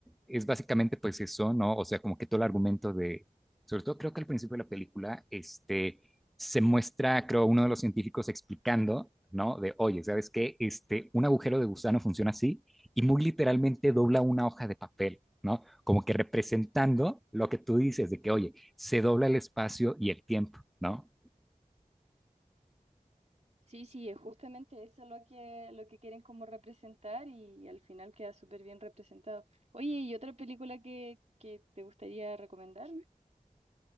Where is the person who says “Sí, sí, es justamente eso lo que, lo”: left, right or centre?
Right